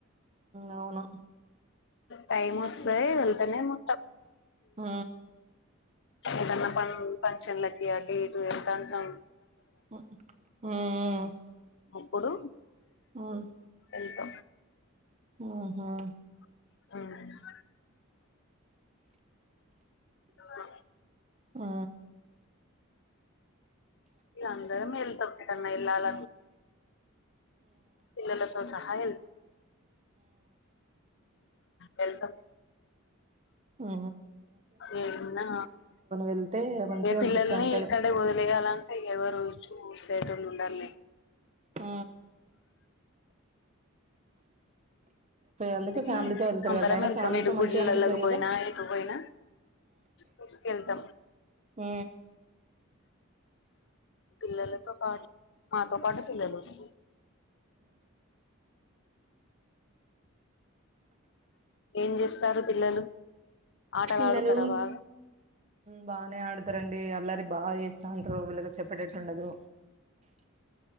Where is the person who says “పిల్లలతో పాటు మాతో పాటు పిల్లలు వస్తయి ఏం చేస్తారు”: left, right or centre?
Left